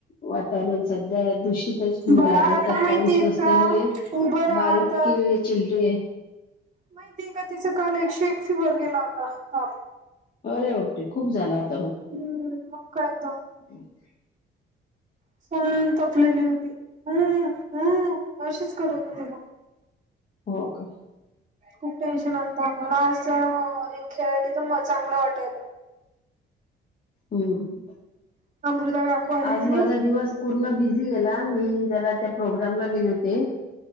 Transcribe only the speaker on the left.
वातावरण सध्या, दूषित होऊन
राहिल.
त्यात
पाऊस नसल्यामुळे,
बारीक केिळे-चिलटे
अरे बापरे! खूप झाला आता मग.
<unintelligible>
हो कां.
<inaudible>
आज माझा
दिवस पूर्ण बिझी गेला मी जरा त्या प्रोग्रामला गेले होते